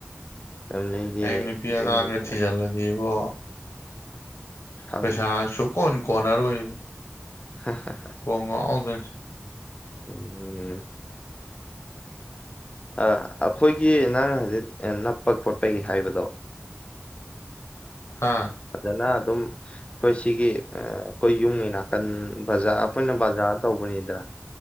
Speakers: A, on the left; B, on the left.
A: ꯐꯦꯃꯤꯂꯤꯒꯤ
B: ꯑ ꯅꯨꯄꯤ ꯑꯉꯥꯡꯒ
A: ꯌꯨꯝ ꯈꯔ
B: ꯊꯤꯖꯤꯜꯂꯗꯤ ꯏꯕꯣ
A: ꯊꯝ
B: ꯄꯩꯁꯥ ꯁꯨꯀꯣꯟ ꯀꯅꯔ ꯑꯣꯏ
A: ꯍꯥꯍꯥ
B: ꯀꯣꯛ ꯉꯥꯎꯗꯨꯅꯤ
A: ꯎꯝ ꯑꯩꯈꯣꯏꯒꯤ ꯅꯪꯅ ꯍꯧꯖꯤꯛ ꯅꯞꯄ ꯈꯣꯠꯄꯒꯤ ꯍꯥꯏꯕꯗꯣ
B: ꯍꯥ
A: ꯐꯖꯅ ꯑꯗꯨꯝ ꯑꯩꯈꯣꯏ ꯁꯤꯒꯤ ꯑꯩꯈꯣꯏ ꯌꯨꯝꯒꯤ ꯅꯥꯀꯟ ꯕꯖꯥ ꯑꯩꯈꯣꯏꯅ b ꯇꯧꯕꯅꯤꯗ